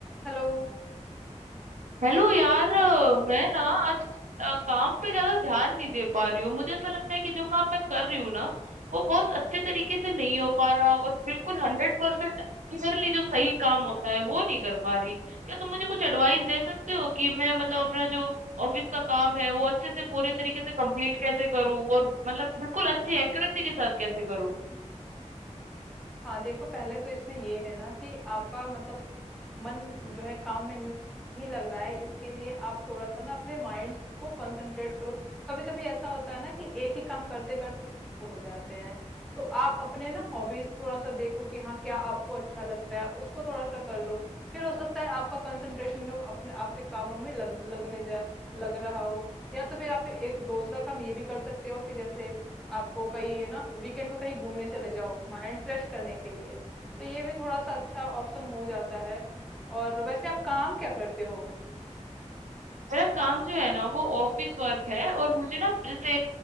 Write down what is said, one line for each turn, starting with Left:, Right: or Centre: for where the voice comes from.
Centre: Hello
Right: Hello यार अ, मैं ना आजकल अ, काम पे ज्यादा ध्यान नहीं दे पा रही हूँ मुझे ऐसा लगता है कि जो काम मैं कर रही हूँ ना वो बहुत अच्छे तरीके से नहीं हो पा रहा और बिल्कुल हंड्रेड परसेंट क्लियरली जो सही काम होता है वो नहीं कर पा रही क्या तुम मुझे कुछ एडवाइस दे सकते हो कि मैं मतलब अपना जो ऑफिस का काम है वो अच्छे से पूरे तरीके से कंप्लीट कैसे करूँ और मतलब बिल्कुल अच्छे एक्यूरेसी के साथ कैसे करूँ
Centre: हाँ देखो पहले तो इसमें ये है ना कि आपका मतलब मन जो है काम में नहीं लग रहा है इसके लिए आप थोड़ा-सा ना अपने माइंड को कंसंट्रेट करो। कभी-कभी ऐसा होता है ना कि एक ही काम करते-करते बोर हो जाते हैं। तो आप अपने ना हॉबीज थोड़ा-सा देखो कि हाँ, क्या आपको अच्छा लगता है उसको थोड़ा-सा कर लो। फिर हो सकता है आपका कंसंट्रेशन वो अपने आपके कामों में लग लगने जा लग रहा हो। या तो फिर आप एक दूसरा काम ये भी कर सकते हो कि जैसे आपको कहीं है ना वीकेंड में कहीं घूमने चले जाओ माइंड फ्रेश करने के लिए। तो ये भी थोड़ा-सा अच्छा ऑप्शन हो जाता है। और वैसे आप काम क्या करते हो
Right: मेरा काम जो है ना वो ऑफिस वर्क है और मुझे ना जैसे